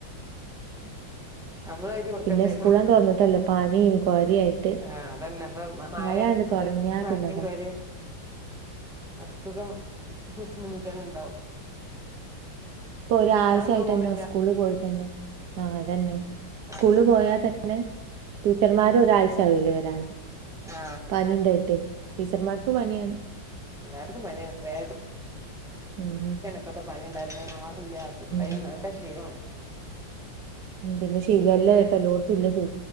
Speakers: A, on the right; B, in the centre.
A: <inaudible>
B: നമ്മളെ എഴുതി കൊടുക്കേണ്ടി
A: പിന്നെ
B: വരും
A: സ്കൂളാന്ന് തൊറന്നിട്ടല്ലോ പണിം കൊരിആയിട്ട്
B: ആ അതന്നെ ഇപ്പൊ മ- മഴ
A: മഴാണ്ട്
B: ആയതുകൊണ്ട്
A: തുടങ്ങിയാ
B: പനിയും
A: പിന്നത
B: കാര്യം അസുഖം കൊറച്ചു മുന്ന്തന്നെണ്ടാവും
A: ഇപ്പൊ ഒരാഴ്ചായിട്ടെന്നെ
B: ഇന്ന് പോണില്ല
A: സ് സ്കൂള് പോയിട്ടന്നെ ആഹ് അതന്നെ സ്കൂള്
B: ആ
A: പോയാൽ തന്നെ ടീച്ചർമാര് ഒരാഴ്ച ആവുലേ വരാൻ
B: ആ
A: പനി ണ്ടായിട്ടെയ് ടീച്ചർമാർക്ക് പനിയാണ്
B: വല്ലാത്തൊരു പനിയാണ് <unintelligible>
A: ഉം ഉം
B: ഇപ്പഴത്തെ പനി ഉണ്ടായിന് മാർണില്ല <unintelligible> കയ്യ്
A: ഉം
B: <unintelligible> നല്ല ക്ഷീണം
A: ഉം പിന്നെ ശിഖല്ല ഇപെലോട്ത്തുംല്ലെ ശി